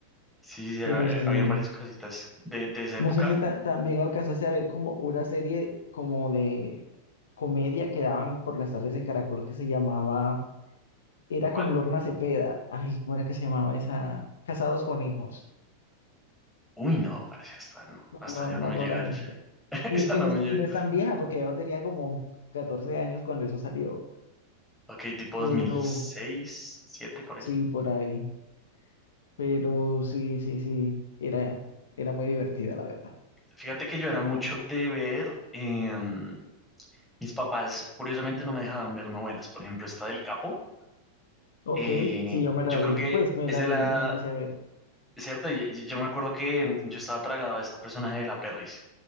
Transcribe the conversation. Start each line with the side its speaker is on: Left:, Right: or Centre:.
Centre: Sí, sí, ha-
Left: Pero sí,
Centre: eh, habían varias cositas de, de esa
Left: no
Centre: época.
Left: sé si ta- también alcanzaste a ver como una serie como de comedia que daban por las tardes en Caracol que se llamaba, era
Centre: ¿Cuál?
Left: con Lorna Cepeda. Ay, ¿cómo era que se llamaba esa? Casados con hijos.
Centre: Uy, no, parece hasta no,
Left: No,
Centre: hasta
Left: no,
Centre: ya
Left: no,
Centre: no me
Left: no
Centre: llega
Left: la viste.
Centre: el, <laughs>
Left: Y
Centre: esa
Left: es que
Centre: no
Left: no es,
Centre: me llega.
Left: no es tan vieja, porque yo tenía como 14 años cuando eso salió.
Centre: Ok, tipo
Left: Pero
Centre: dos mil seis 7 por
Left: sí,
Centre: ahí.
Left: por ahí. Pero sí, sí, sí. Era, era muy divertida, la verdad.
Centre: Fíjate que yo era mucho de ver, em, mis papás curiosamente no me dejaban ver novelas, por ejemplo, esta del Capo,
Left: Ok,
Centre: eh,
Left: sí, yo me la
Centre: yo creo
Left: vi.
Centre: que
Left: Pues me
Centre: es
Left: la
Centre: de
Left: vi,
Centre: la,
Left: me la empecé a ver.
Centre: ¿cierto? Y- y- Yo, me acuerdo que em, yo estaba tragado a esta personaje de la Perris,